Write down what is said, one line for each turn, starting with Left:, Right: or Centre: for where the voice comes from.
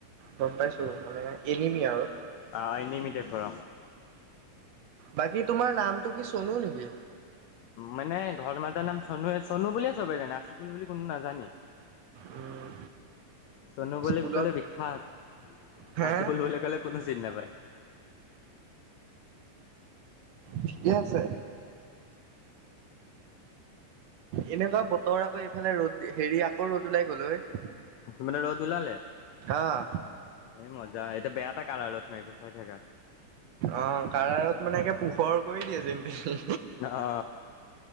Right: গম পাইছো মানে এলিমি আৰু
Left: অঁ এনিমি টাইপৰ
Right: বাকী তোমাৰ নামটো কি চনু নেকি?
Left: মানে ঘৰ মাত নাম চনুএ চনু বুলিয়ে চবে জানে আচিফুল বুলি কোনো নাজানে
Right: উম
Left: চনু বুলি
Right: স্কুলত
Left: কলে বিখ্যাত।
Right: হে
Left: আচিফুল বুলি ক 'লে কোনো চিন নাপায়
Right: ঠিকে আছে। এনেকুৱা বতৰ আকৌ এইফালে ৰ'দ হেৰি আকৌ ৰ'দ ওলাই গ'ল ঐ
Left: ত মানে ৰ'দ ওলালে
Right: আহ
Left: এই মজা, এতিয়া বেয়া পাই কালা ৰ'দ মাৰিব চাই থাকা।
Right: অ, কাৰা ৰ'দ মানে একে পোহৰ কৰি দিয়ে যেন পিহি
Left: অ,